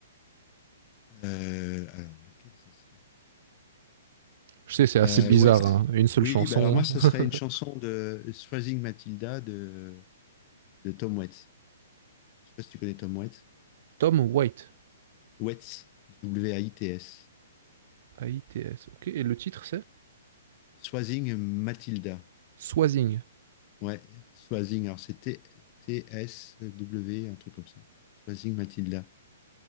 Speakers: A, on the left (about 30°); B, on the right (about 50°).
A: Euh, alors, laquelle ça serait?
B: Je sais, c'est assez
A: Euh,
B: bizarre,
A: ouais.
B: hein, une seule
A: Oui,
B: chanson.
A: bah alors moi, ça
B: <laughs>
A: serait une chanson de Swazing Matilda de, de Tom Waits. Je sais pas si tu connais Tom Waits.
B: Tom White,
A: Waits, W-A-I-T-S.
B: A-I-T-S. Ok, et le titre c'est
A: Swazing Matilda.
B: Swazing.
A: Ouais, Swazing, alors c'est T-S-W, t T-S-W, un truc comme ça. Swazing Matilda.